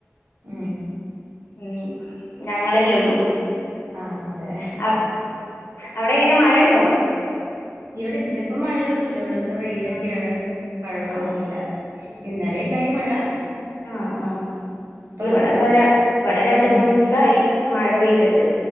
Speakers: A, on the right; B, on the left.
A: ആ
B: ഉം ഞങ്ങളെല്ലേ ഉള്ളൂ
A: ആഹ് അതെ
B: ആ അവിടെ എങ്ങനെ മഴുണ്ടോ
A: ഇവിടെ ഇന്നിപ്പോം മഴയൊന്നുമല്ല ഇവിടെന്ന് വെയിലൊക്കെയാണ്
B: ആഹ്
A: കുഴപ്പമൊന്നുമല്ല
B: ആഹ് ആഹ്
A: ഇന്നലെ ഉണ്ടായി മഴ
B: ആഹ ആഹ
A: ഇപ്പൊ
B: ഇവിടെത ഇവിടെ രണ്ട
A: ഉം
B: മൂന്ന്ു ദിവസയി മഴ പെയ്തിട്ട്